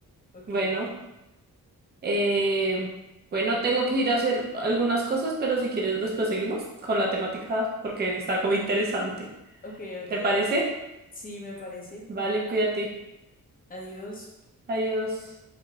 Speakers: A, on the left; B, on the right.
A: Ok,
B: Bueno, eh, bueno, tengo que ir a hacer algunas cosas, pero si quieres después seguimos con la temática porque está como interesante.
A: ok, ok.
B: ¿Te parece?
A: Sí, me parece.
B: Vale, cuídate.
A: Adiós.
B: Adiós.